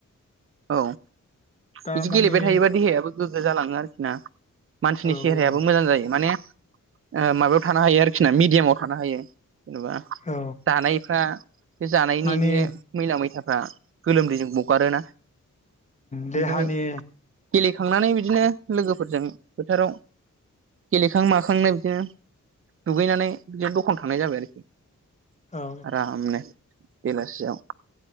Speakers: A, on the right; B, on the left.
A: औ
B: दा
A: बिदि
B: मानि
A: गेलेबाय थायोबा देहायाबो गोग्गो जालाङो आरोखि ना मानसिनि
B: औ
A: सेहेरायाबो
B: औ
A: मोजां जायो माने ओ माबायाव थानो हायो आरोखि ना मिडियामाव थानो हायो। जेनेबा
B: औ
A: जानायफ्रा बे जानायनि
B: मानि
A: बे मैला मैथाफ्रा गोलोमदैजों बगारोना
B: देहानि
A: ओमफ्राय गेलेखांनानै बिदिनो लोगोफोरजों फोथाराव गेलेखां माखांनो बिदिनो दुगैनानै बिदिनो दखान थांनाय जाबाय आरोखि। <inaudible> आराम
B: औ
A: नो बेलासिआव